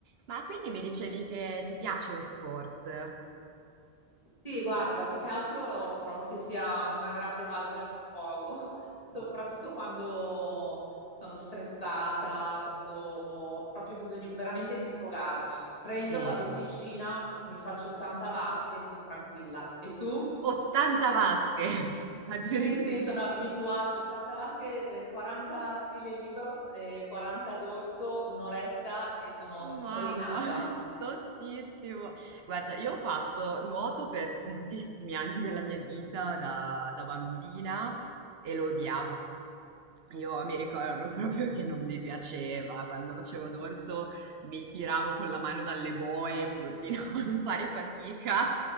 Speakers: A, on the right (about 70°); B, on the left (about 35°).
A: Ma quindi mi dicevi che ti piace lo sport?
B: Sì, guarda, più che altro trovo che sia una grande valvola di sfogo, <laughs> soprattutto quando sono stressata, quando ho proprio bisogno veramente di sfogarmi. Prendo,
A: Sì,
B: vado in piscina, mi faccio 80 vasche e sono tranquilla. E tu?
A: 80 vasche <laughs> addirittura.
B: Sì, sì, sono abituato. 80 vasche, eh, 40 stile libero, eh, 40 dorso, un'oretta e sono
A: Oh, Mamma,
B: rinata.
A: <laughs> tostissimo. Guarda, io ho fatto nuoto per tantissimi anni della mia vita da, da bambina e lo odiavo. Io mi ricordo <laughs> proprio che non mi piaceva. Quando facevo dorso mi tiravo con la mano dalle boe pur di non <laughs> fare fatica.